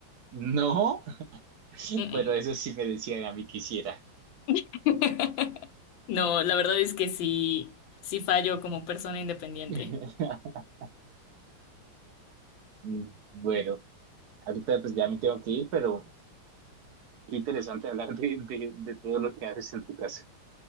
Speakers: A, on the right; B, on the left.
A: No. <laughs>
B: mm, mm.
A: Bueno, eso sí me decían a mí que hiciera.
B: <laughs> No, la verdad es que sí, sí fallo como persona independiente.
A: <laughs> Mm, Bueno, ahorita pues ya me tengo que ir, pero qué interesante hablar de, de, de todo lo que haces en tu casa.